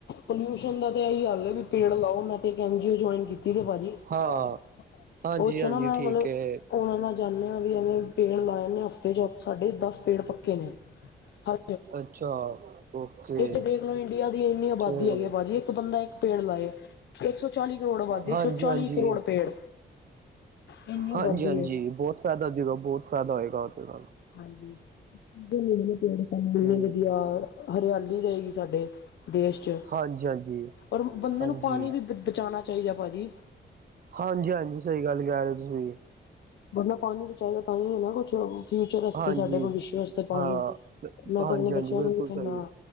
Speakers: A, on the left; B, on the right.
A: ਪੋਲਿਊਸ਼ਨ ਦਾ ਤੇ ਇਹੀ ਹੱਲ ਹੈ ਵੀ ਪੇੜ ਲਾਓ ਮੈਂ ਤੇ ਇੱਕ ਐਨ ਜੀ ਓ ਜੁਆਇਨ ਕੀਤੀ ਭਾਜੀ
B: ਹਾਂ
A: ਬਹੁ
B: ਹਾਂਜੀ
A: ਚ
B: ਹਾਂਜੀ
A: ਨਾ ਮੈਂ
B: ਠੀਕ
A: ਮਤਲਬ
B: ਹੈ
A: ਉਹਨਾਂ ਨਾਲ ਜਾਂਦੇ ਹਾਂ ਵੀ ਐਵੇਂ ਪੇੜ ਲਾ ਜਾਂਦੇ ਹਫ਼ਤੇ ਚ ਸਾਡੇ ਦਸ ਪੇੜ ਪੱਕੇ ਨੇ। ਹਾਂ
B: ਅੱਛਾ। ਓਕੇ
A: ਇੱਕ ਦੇਖ ਲਓ ਇੰਡੀਆ ਦੀ ਇੰਨੀ ਆਬਾਦੀ
B: ਚਲੋ
A: ਹੈਗੀ ਭਾਜੀ ਇੱਕ ਬੰਦਾ ਇੱਕ ਪੇੜ ਲਾਏ ਇੱਕ ਸੌ ਚਾਲੀ ਕਰੋੜ ਆਬਾਦੀ
B: ਹਾਂਜੀ
A: ਇੱਕ ਸੌ ਚਾਲੀ
B: ਹਾਂਜੀ
A: ਕਰੋੜ ਪੇੜ। ਇੰਨੀ ਆਬਾਦੀ
B: ਹਾਂਜੀ ਹਾਂਜੀ
A: ਹੈ
B: ਬਹੁਤ ਫ਼ਾਇਦਾ ਹੋ ਜਗਾ ਬਹੁਤ ਫਾਇਦਾ ਹੋਏਗਾ ਉਹ ਦੇ ਨਾਲ
A: ਹਾਂਜੀ ਜਨ ਪਲੇਟਫਾਰਮਨ
B: ਹਮ
A: ਲਗਿਆ ਹਰਿਆਲੀ ਰਹੇਗੀ ਸਾਡੇ ਦੇਸ਼ ਚ
B: ਹਾਂਜੀ ਹਾਂਜੀ
A: ਰ ਬੰਦੇ
B: ਹਾਂਜੀ
A: ਨੂੰ ਪਾਣੀ ਵੀ ਬ ਬਚਾਉਣਾ ਚਾਹੀਦਾ ਭਾਜੀ
B: ਹਾਂਜੀ ਹਾਂਜੀ ਸਹੀ ਗੱਲ ਕਹਿ ਰਹੇ ਹੋ ਤੁਸੀਂ
A: ਬੰਦਾ ਪਾਣੀ ਬਚਾਏਗਾ ਤਾਂ ਹੀ ਹੈ ਨਾ ਕੁਛ। ਫਿਊਚਰ ਵਾਸਤੇ
B: ਹਾਂਜੀ
A: ਸਾਡੇ ਭਵਿਸ਼ ਵਾਸਤੇ ਪਾਣੀ
B: ਹਾਂ
A: ਮੈਂ
B: ਹਾਂਜੀ
A: ਤਾਂ ਆਪਣੇ
B: ਹਾਂਜੀ
A: ਬੱਚਿਆਂ
B: ਬਿਲਕੁਲ
A: ਨੂੰ ਵੀ ਕਹਿੰਦਾ
B: ਸਹੀ